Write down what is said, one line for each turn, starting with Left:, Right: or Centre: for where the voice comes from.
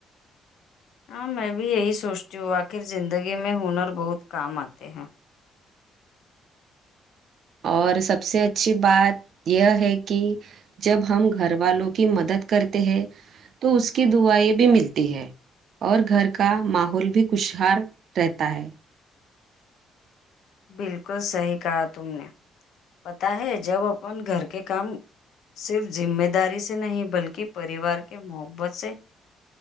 Left: ہاں میں بھی یہی سوچتی ہوں آخر زندگی میں ہنر بہت کام آتے ہیں
Right: اور سب سے اچھی بات یہ ہے کہ جب ہم گھر والوں کی مدد کرتے ہیں تو اس کی دعائیں بھی ملتی ہے اور گھر کا ماحول بھی خوشحال رہتا ہے
Left: بالکل صحیح کہا تم نے پتا ہے جب اپن گھر کے کام صرف ذمہ داری سے نہیں بلکہ پریوار کے محبت سے